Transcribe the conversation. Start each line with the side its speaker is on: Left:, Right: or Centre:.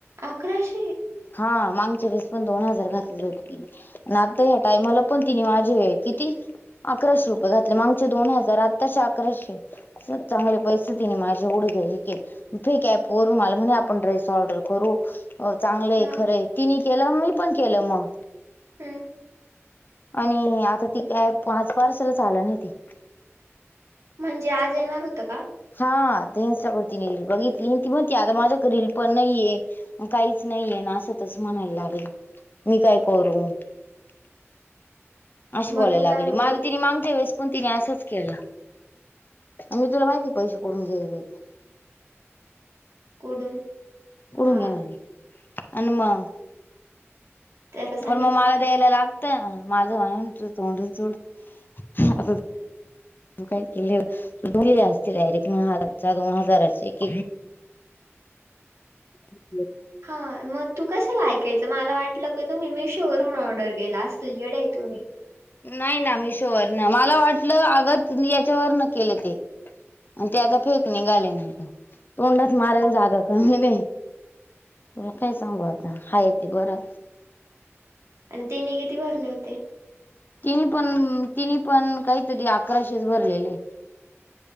Right: अकराशे.
Left: हा मागच्या वीस पण दोन हजार घातलं होत ती आता ह्या टायमाला पण तिने माझे किती? अकराशे रुपये घातले मागचे दोन हजार आताचे अकराशे सपता मध्ये पैसे दिणे माझे वढ घ्या फेका पोर मला म्हणे आपण ड्रेस ऑर्डर करू. हो चांगलंय
Right: हा
Left: खरंय तिने केलं मी पण केलं मग
Right: हम्म.
Left: आणि आता ती कॅब पाच पार्सलच आलं नाही त
Right: म्हणजे आज येणार होतं का?
Left: हा ते ईस्टावर रील बघितली ती म्हणती आता माझ्याकड तीरील पण नाहीये काहीच नाहीये ना असं तच म्हणायला लागल मी काय करू <unintelligible> <inaudible> अशी
Right: मग
Left: बोलायला
Right: तू काय
Left: लागली
Right: बोलली
Left: माल तिने मागते वेळेस पण तिने असंच केलं मी तुला माहिती पैसे कोठून घेल होते?
Right: कुडून?
Left: कुडून
Right: हा
Left: घेणार आहे आणि मग
Right: त्याला सांगितलं
Left: पण मग मला
Right: का?
Left: द्यायला लागतं माझं म्हणे तुऐ तोंडच झोडीन आ तू काय केले तू बोलले असते डायरेक्ट म्हणे हजारचा दोन हजारचे एक ह्. <unintelligible>
Right: हा मग तू कशाला ऐकायचं मला वाटलं का तुम्ही मिशोवरून ऑर्डर केल असल. तु येडे आहे तुम्ही?
Left: नाही ना मिशोवर ना मला वाटलं आग तीने याच्यावर न केले ते आणि ते आता फेक निघाले नंतर तोंडात मारायला जागा का म्ह तुला काय सांगु आता हाय ते बरं.
Right: आणि तिने किती भरले होते?
Left: तिने पण तिने पण काहीतरी अकराशेच भरलेले